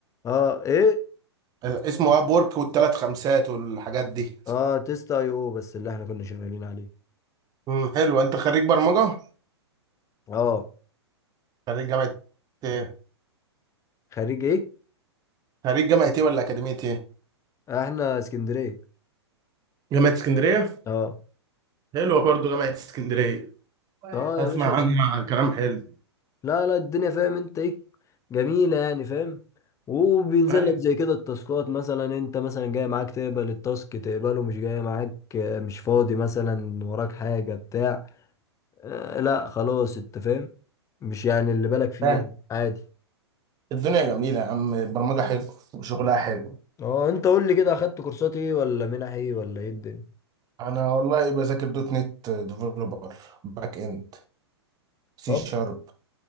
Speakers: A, on the left; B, on the right.
A: اه ايه
B: ال- اسمه اب وورك والثلاث خمسات والحاجات دي
A: اه تيست اي او بس اللي احنا كنا شغالين عليه
B: مم، حلو انت خريج برمجه
A: اه
B: خريج جامعه ايه
A: خريج ايه
B: خريج جامعه ايه ولا اكاديميه ايه
A: آه، احنا اسكندرية
B: جامعة اسكندرية
A: اه
B: حلوة برضو جامعة اسكندرية
A: اه
B: اسمع
A: يا باشا
B: عنها كلام حلو
A: لا لا الدنيا فاهم انت ايه جميلة يعني فاهم وبينزل
B: ايوه
A: لك زي كده التاسكات مثلا انت مثلا جاي معاك تقبل التاسك تقبله مش جاي معاك آه، مش فاضي مثلا وراك حاجة بتاع آه لا خلاص انت فاهم مش يعني اللي بالك فيه
B: فاهم
A: يعني عادي
B: الدنيا جميلة يا عم البرمجة حلو وشغلها حلو
A: اه انت قول لي كده اخدت كورسات ايه ولا منح ايه ولا ايه الدنيا
B: انا والله بذاكر دوت نت ديفلوبر باك اند سي
A: طب
B: شارب